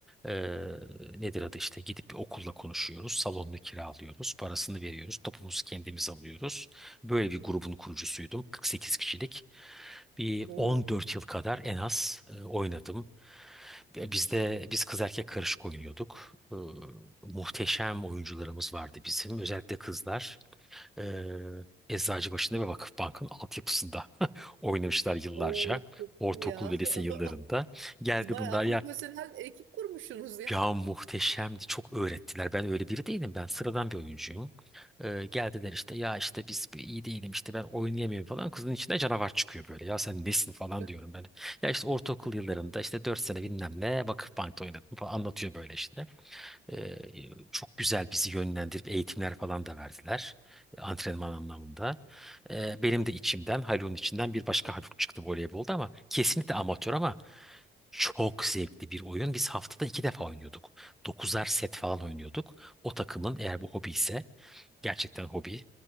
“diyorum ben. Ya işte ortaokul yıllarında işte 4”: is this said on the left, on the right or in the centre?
Centre